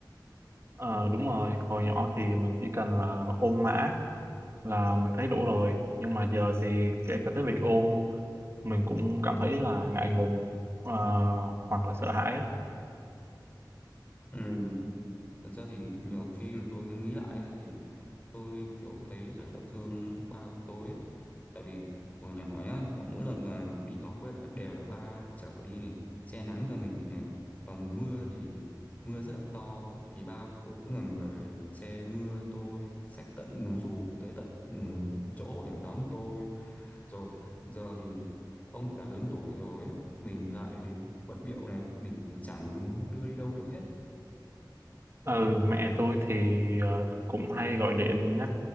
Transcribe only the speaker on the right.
Ờ, đúng rồi hồi nhỏ thì mình chỉ cần là ôm mã là mình thấy đủ rồi nhưng mà giờ thì kể cả cái việc ôm mình cũng cảm thấy là ngại ngùng ờ, hoặc là sợ hãi á
ừ mẹ tôi thì ờ, cũng hay gọi điện nhắc